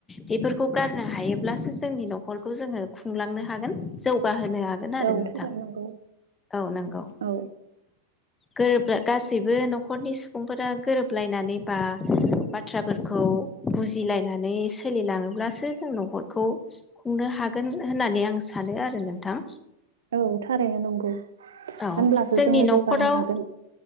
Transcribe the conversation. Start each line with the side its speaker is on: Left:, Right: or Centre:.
Left: बेफोरखौ गारनो हायोब्लासो जोंनि न'खरखौ जोङो खुंलांनो हागोन जौगा होनो हागोन आरो
Right: औ
Left: नोंथां
Right: थारैनो नंगौ
Left: औ नंगौ।
Right: औ
Left: गोरोब गासैबो न'खरनि सुबुंफोरा गोरोबलायनानै बा बाथ्राफोरखौ बुजिलायनानै सोलिलाङोब्लासो जों न'खरखौ खुंनो हागोन होननानै आं सानो आरो नोंथां
Right: औ थारैनो नंगौ
Left: औ
Right: होनब्लासो
Left: जोंनि
Right: जोङो
Left: न'खराव
Right: जौगानो हागोन